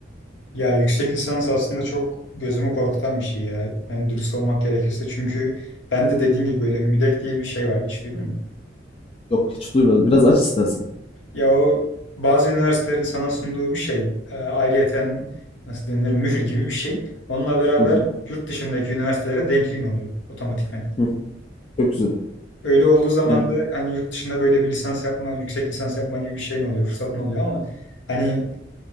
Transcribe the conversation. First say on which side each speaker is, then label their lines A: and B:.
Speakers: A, on the left (about 80°); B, on the left (about 30°).
A: Ya yüksek lisans aslında çok gözümü korkutan bir şey ya. Yani dürüst olmak gerekirse. Çünkü ben de dediğin gibi böyle müdek diye bir şey var. Hiç duydun mu?
B: Yok hiç duymadım. Biraz aç istersen.
A: Ya o bazı üniversitelerin sana sunduğu bir şey. Ee, ayrıyeten nasıl denir mühür gibi bir şey. Onunla beraber
B: Hı hı.
A: yurt dışındaki üniversitelere denkliğin oluyor otomatikman.
B: Hı hı. Çok güzel.
A: Öyle olduğu zaman
B: Yani
A: da hani yurt dışında böyle bir lisans yapma, yüksek lisans yapma gibi bir şeyin oluyor, fırsatın oluyor ama hani